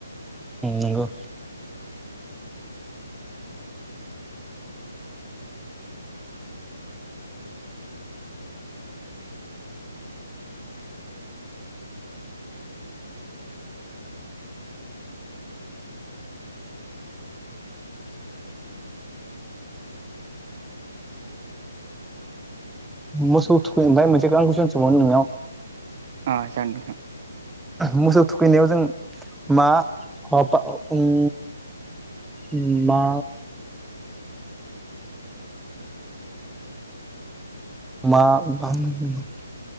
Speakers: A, in the centre; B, on the right.
A: उम नंगौ। मोसौ थुखै ओफाय मोनसेखौ आं कुइसन सोंबावनि नोंनाव
B: ओं जागोन नोंथां।
A: मोसौ थुखैनायाव जों मा अ बा उम उम मा माबा होनोमोन